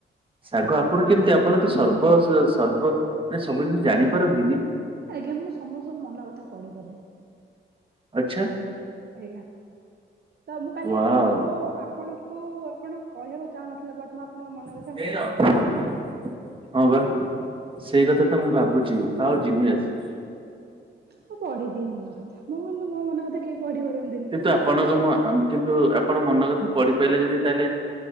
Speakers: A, on the right; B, on the right.
A: ଶାଗ
B: ଆଉ
A: ଆପଣ କେମିତିପ ଆପଣ ତ ସର୍ବ ସର୍ବ ସବୁ ଜିନିଷ ଜାଣିପାରନ୍ତି ବି।
B: ଆଜ୍ଞା ମୁଁ ସମସ୍ତଙ୍କ ମନ କଥା ପଢିପାରିବି।
A: ଆଚ୍ଛା।
B: ଏଟା ତ ମୁଁ କାଲି
A: ୱାଓ
B: ଆପଣଙ୍କୁ ଆପଣଙ୍କୁ ଆପଣ କହିବାକୁ ଚାହୁଁନଥିଲେ ବଟ୍ ମୁଁ ଆପଣଙ୍କ ମନରେ
A: <inaudible> ହଁ ବା ସେଇ କଥା ତ ମୁଁ ଭାବୁଛି ଆଉ ଜିନିଏସ୍।
B: ମୁଁ ପଢିଦିଏ ମନ କଥା, ମୁଁ କିନ୍ତୁ ମୋ ମନ କଥା କେହି ପଢି ପରନ୍ତ୍
A: କିନ୍ତୁ ଆପଣଙ୍କମନ୍ କିନ୍ତୁ ଆପଣ ମନ କଥା ପଢିପାରେ ଯଦି ତାହେଲେ